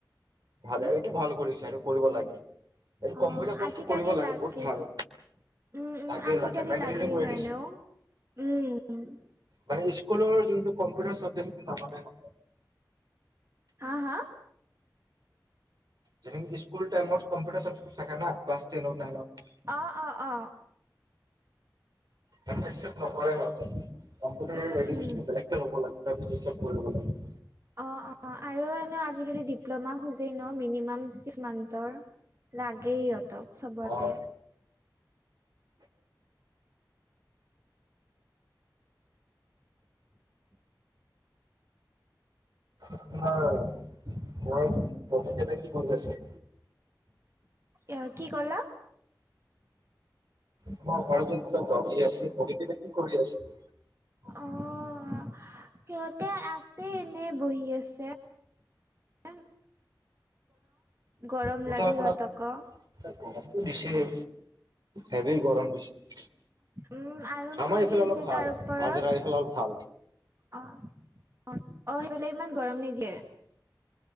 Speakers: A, on the right (about 70°); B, on the right (about 40°).
A: ভালে
B: উম
A: এইটো ভাল কৰিছা এইটো কৰিব লাগে এইটো
B: অ
A: কম্পিউটাৰ কৰ্চটো
B: আজিকালি
A: কৰিব লাগে বহুত ভাল।
B: ন উম উম
A: লাকেই
B: আজিকালি
A: লাগে বেটে
B: লাগেই
A: কৰি
B: নহয়
A: দিছ
B: ন উম
A: মানে স্কুলৰ যোনটো কম্পিউটাৰ চ <unintelligible>
B: হা হা?
A: যেনেকে স্কুল টাইমত কম্পিউটাৰা <unintelligible> থাকে না ক্লাছ টেনত নাইনত।
B: আ আ আ।
A: হেইটো একচেপ্ত নকৰে সিহঁতে, কম্পিউটাৰ
B: উম
A: <unintelligible>
B: উম
A: বেলেগকে হ'ব লগে। তাৰপিছত চব কৰিব লাগে।
B: অ', অ', আৰু এনেও আজিকালি ডিপ্ল'মা খোজেই ন মিনিমাম ছিক্স মান্থৰ। লাগেই ইহঁতক চবতে।
A: অ আপোনাৰ মই বতে কি কৰি আছে?
B: এয়া কি ক'লা?
A: তোমাৰ ঘৰত যে দুটা ডগী আছে দগী কেইটা কি কৰি আছে?
B: অ'। সিহঁতে আছে এনে বহি আছে। <unintelligible> গৰম
A: দুটা
B: লাগে
A: আপোনাক
B: হিহঁতকো।
A: গৰমটো দিছেহে, হেভী গৰম দিছে।
B: উম, আৰু
A: আমাৰ
B: মানে
A: এইফালে
B: কি হৈছে
A: অলপ ভাল
B: তাৰ ওপৰত
A: আজাৰা এইফালে অলপ ভাল।
B: অ' অ' অ', হিফালে ইমান গৰম নিদিয়ে।